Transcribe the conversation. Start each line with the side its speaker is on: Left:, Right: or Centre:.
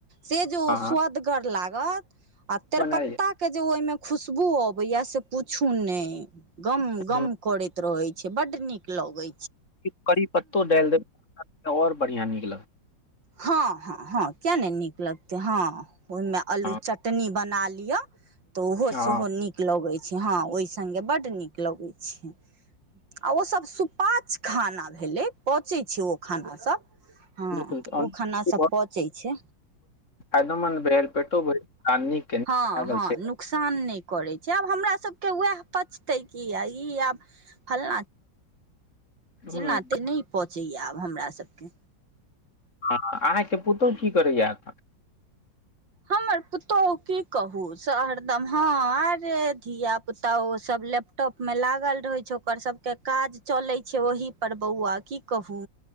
Right: सेज ओ
Left: हाँ
Right: स्वदगर ला लागत आ तेरपत्ता
Left: बनायल
Right: के जे ओहिमे खुशबू अबैया से पूछू ने गम गम
Left: जाय
Right: करैत रहे छै बड नीक लगे
Left: करी पत्तो डाल देबओर बढ़ििया निकला
Right: हँ हँ हँ किया ने नीक लगते हँ ओहिमे
Left: पत्ता
Right: आल्लू चटनी बना ले तऽ उहो
Left: हँ
Right: सेहो नीक लगे छि हँ ओहि सङगे बड्ड नीक लगै छै आ ओसभ सुपाच खाना भेलै पचै छै ओ खानासभ हँ
Left: बिलकुल
Right: ओ खानास
Left: बहुत
Right: सभ पचै छै
Left: फायदेमन्द भेल पेटो भरि आ नीक लागल
Right: हँ हँ
Left: से
Right: नुकसान नहि करैतछै आब हमरासबके उएह पचतै कि ई आब फल्लाँ
Left: ह
Right: चेना तऽ नहि पहुँचैए आब हमरासबके
Left: हाँ अहाँके पुतहु की करैयै अखन
Right: हमर पुतहु की कहू सँ हरदम ह आरे धिया पुता ओ सब लैपटॉप में लागल रहे छै ओकर सब त काज चलै छै ओहिपर बौआ की कहू